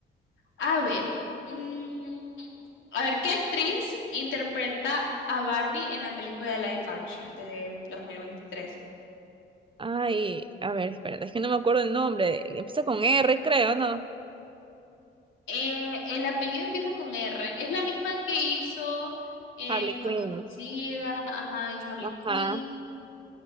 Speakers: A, on the left (about 75°); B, on the right (about 25°).
A: A ver, mm, a ver, ¿qué actriz interpreta a Barbie en la película de live action de 2023?
B: Ay, a ver, espérate, es que no me acuerdo el nombre. Empieza con R, creo, ¿no?
A: Eh, el apellido empieza con R. Es la misma que hizo eh,
B: Harley
A: Escuadrón
B: Quinn.
A: Suicida, ajá, en Harley
B: Ajá.
A: Quinn.